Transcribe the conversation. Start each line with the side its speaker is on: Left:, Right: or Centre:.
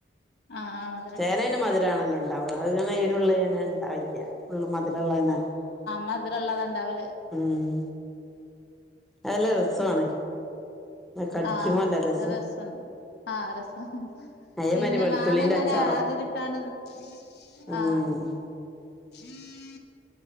Left: ആ ആ മ
Centre: ചേന പിന്നെ മധിരാണല്ലോണ്ടാവ അത് മെ എരുള്ളിനെ ഇണ്ടാവില്ല്യ ഫുള്ളും മധുരുള്ള തന്നെ
Left: മധുരള്ളതന്നെവല്
Centre: ഉം അതല്ല രസമാണ് കടിക്കുമ്പോ
Left: ആഹ്
Centre: നല്ല രസാ
Left: അരസന്ന ആ രസം
Centre: അതേമാതിരി
Left: പിന്നെ
Centre: വെളുത്തുള്ളിന്റെ
Left: മാങ്ങ ഇങ്ങനെ
Centre: അച്ചാറും
Left: അതിരിട്ടാണ്ട് ത
Centre: ഉം
Left: ആ ഹീ